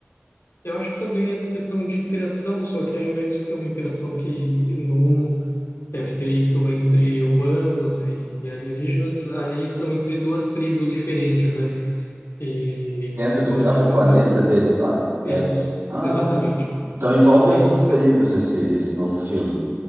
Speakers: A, on the left; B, on the right.
A: Eu acho que também essa questão de interação, só que ao invés de ser uma interação que no um é feito entre humanos e alienígenas, ali são entre duas tribos diferentes, né? E
B: Dentro
A: enquanto
B: do próprio
A: uma.
B: planeta deles lá?
A: Isso,
B: É. Ah,
A: exatamente.
B: então envolve
A: E
B: outras
A: aí, enquanto.
B: tribos esse, esse novo filme.